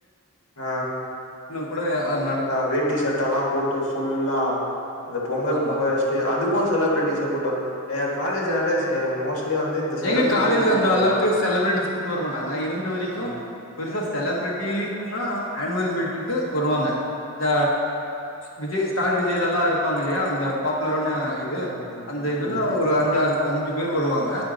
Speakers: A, on the left (about 80°); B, on the left (about 60°).
A: ஆ
B: குடே ஆந்
A: அத வேட்டி சட்டல்லா போட்டு ஃபுல்லா இந்த பொங்கல்
B: ஆமா
A: பொங்கல் ச்ட்டு அதுக்கு செலிபிரிட்டிஸ் கூட்டோ எங் காலேஜினாலே மோஸ்ட்லி வந்து இந்த செலிபிரிட்டிஸ
B: எங்க காலேஜ்
A: கூட்டு
B: அந்த
A: வருதா
B: அளவுக்கு செலிபிரிட்டிஸ் கூட்டு வர மாட்டாங்க இருந்த வரைக்கு
A: ம்
B: பெருசா செலபரிட்டி இருக்குன்னா ஆனுவல் மீட்டுக்கு வருவாங்க ந்த விஜய் ஸ்டார் விஜயெல்லா இருப்பாங்க இல்லையா அந்த பாப்புலரான இது
A: ம் ம்
B: அந்த இதுல
A: ம்
B: ஒரு அஞ்சாரு அஞ்சு பேர் வருவாங்க